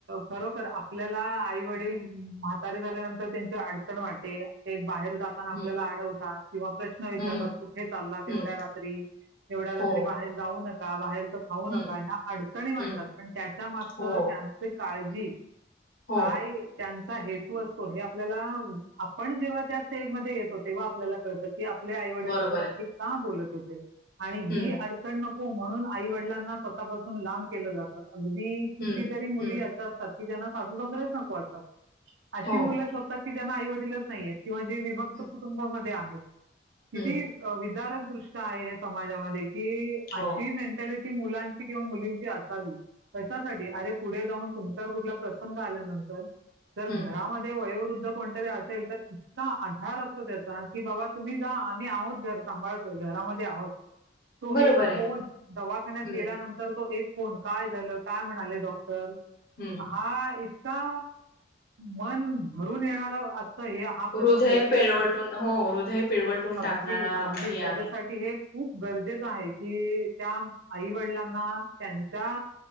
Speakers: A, on the right (about 80°); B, on the left (about 50°).
A: खरोखर आपल्याला आई वडील म्हातारीे झाल्यानंतर त्यांची अडचण वाटे ते बाहेर जाताना
B: हम्म
A: आपल्याला अडवतात किंवा प्रश्न विचारतात
B: हम्म
A: कुठे चाललात
B: हम्म
A: एवढ्या रात्री? एवढ्या रात्री
B: हो
A: बाहेर जाऊ नका बाहेर खाऊ
B: हम्म
A: नका ह्या अडचणी वाटतात
B: हम्म
A: पण त्याच्या मागं
B: हो
A: त्यांचे काळजी.
B: हो
A: काय? त्यांचं. हेतू असतो हे आपल्याला आपण जेव्हा त्या स्टेजमध्येध्ये येतो तेव्हा आपल्याला कळतं. की आपले आई वडील
B: बरोबर
A: आपल्यासाठी
B: आहे.
A: का बोलत होते? आणि ही
B: हम्म
A: अडचण नक.. हो म्हणून आई वडिलांना स्वतःपासून लांब केलं जात, अगदी कितीतरी?
B: हम्म
A: मुली
B: हम्म
A: अशा असतात. की ज्यांना साासू वगैरेच नको वाटतात. अशी
B: हो
A: मुलं शोधतात की, ज्यांना आई वडीलच नाहीयेत. किंवा जे विभक्त
B: हम्म
A: कुटुंबामध्ये आहेत. किती
B: हम्म,
A: विदारक दृश्या आहेत? समाजामध्ये की
B: हो
A: अशी मेंटॅलिटी. ती मुलांची किंवा मुलींची असावी कशासाठी? अरे पुढे जाऊन तुमच्यावर कुठला प्रसंग आल्यानंतर. तर
B: हम्म
A: घरामध्ये वयो. कोणतरी असेल तर, इतका आधार असतो त्याचा की, बाबा तुम्ही जा आम्ही आहोत घर सांभाळतो. घरामध्ये आहोत. तो
B: बरोबर
A: एक
B: आहे.
A: फोन दवाखान्यात
B: हम्म
A: गेल्यानंतर तो एक फोन, काय झालं? काय म्हणाले? डॉक्टर. तर
B: हम्म
A: हा इतका मन भरून येणारा अस. हे हा प्रसंग
B: हृदय
A: कि
B: पिळवटून हो हृदय पिळवटून
A: अगदी,
B: टाकणारा
A: अगदी,
B: हे
A: त्याच्यासाठी
B: आहे.
A: हे. खूप गरजेचं आहे की, त्या आई वडिलांना त्यांच्या